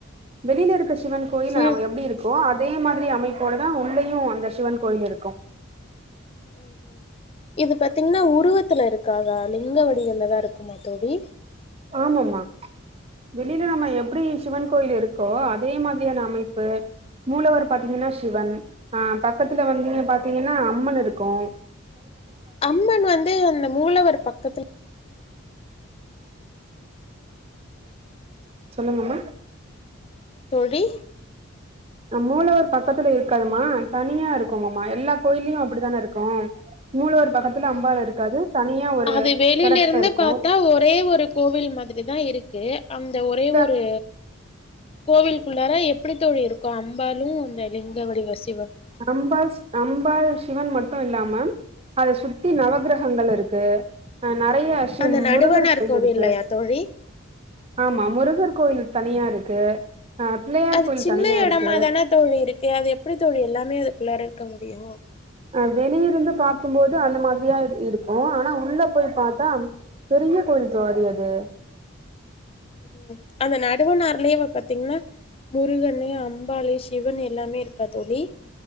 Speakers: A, on the right (about 30°); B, on the left (about 30°).
A: வெளியில இருக்க சிவன் கோயில்
B: சிவ்
A: ஆமா எப்டி இருக்கோ அ அதே மாதிரி அமைப்போடதா உள்ளயு அந்த சிவன் கோயில் இருக்கு
B: ம் ஹும் இது பாத்தீங்ன்னா உருவத்துல இருக்காதா லிங்க வடிவிலதா இருக்குமா தோழி
A: ஆமாம்மா வெளில நம்ம எப்டி சிவன் கோயில் இருக்கோ அதே மாதி ரியான அமைப்பு மூலவர் பாத்தீங்கன்னா சிவன் ஆ பக்கத்துல வந்து
B: ம்ஹும்
A: இங்கன பாத்தீங்கன்னா அம்மன் இரு க்கு
B: அம்மன் வந்து அந்த மூலவர் பக்கத்துல
A: சொல்லுங்கம்மா
B: தோழி
A: ஆ மூலவர் பக்கத்துல இருக்காதும்மா தனியா இருக்குமம்மா எல்லா கோயில்லயு அப்பிடிதான இருக்கு மூலவர் பக்கத்துல அம்பாள் இருக்காது தனியா ஒரு
B: அது வெளில
A: எடத்துல
B: இருந்து
A: இருக்கு
B: பாத்தா ஒரே ஒரு கோவில் மாதிரிதா இரு க்கு அந்த ஒரே
A: இந்த
B: ஒரு கோவில்க்குள்ளாற எப்படி தோழி இருக்கு அம்பாளு அந்த லிங்க வடிவ ஸ்
A: அம்ப அம்பால் சிவன் மட் இல்லாம அத சுத்தி நவகிரகங்கள் இருக்கு நிறையவிஷயம்
B: அந்த நடுவனார்
A: முருகர் கோயில்
B: கோவில்லையா
A: இருக்கு
B: தோழி
A: ஆமா முருகர் கோயிலு தனியா இருக்கு அ பிள்ளையார்
B: அது
A: கோயில்
B: சின்ன
A: தனியா
B: எடமா
A: இருக்கு
B: தானே தோழி இருக்கு அது எப்டி தோழி எல்லா மே அதுக்குள்ளார இருக்க முடியு
A: அ வெளியிருந்து பாக்கும்போது அந்த மாரியா இருக்கு இப்போ ஆனா உள்ள போய் பாத்தா பெரிய கோயில் தோழி அது
B: ம் அந்த நடுவனார்லே பாத்தீங்கன்னா முருகனு அம்பாலு சிவனு எல்லாமே இருக்கா தோழி